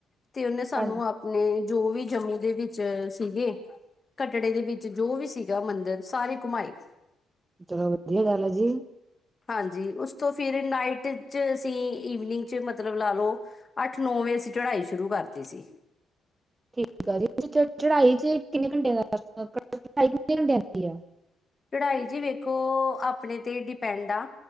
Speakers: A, on the left; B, on the right.
A: ਤੇ ਉਨੇ ਸਾਨੂੰ
B: ਹਾਂਜੀ,
A: ਆਪ ਨੇ ਜੋ ਵੀ ਜੰਮੂ ਦੇ ਵਿੱਚ ਸੀਗੇ ਕੱਟੜੇ ਦੇ ਵਿੱਚ ਜੋ ਵੀ ਸੀਗਾ ਮੰਦਿਰ ਸਾਰੀ ਘੁਮਾਈ।
B: ਚਲੋ ਵਧੀਆ ਗੱਲ ਆ ਜੀ।
A: ਹਾਜੀ ਉਸ ਤੋ ਫਿਰ ਨਾਈਟ ਚ ਅਸੀ ਈਵਨਿੰਗ ਚ ਮਤਲਬ ਲਾ ਲੋ ਅੱਠ ਨੌ ਵਜੇ ਅਸੀਂ ਚੜ੍ਹਾਈ ਸ਼ੁਰੂ ਕਰਤੀ ਸੀ।
B: ਠੀਕ ਆ ਚੜਾਈ ਚ ਕਿੰਨੇ ਘੰਟਿਆਂ ਦਾ ਰਸਤਾ ਚੜਾਈ ਕਿੰਨੇ ਘੰਟਿਆਂ ਦੀ ਐ।
A: ਚੜਾਈ ਜੀ ਵੇਖੋ ਆਪਣੇ ਤੇ ਡਿਪੈਂਡ ਆ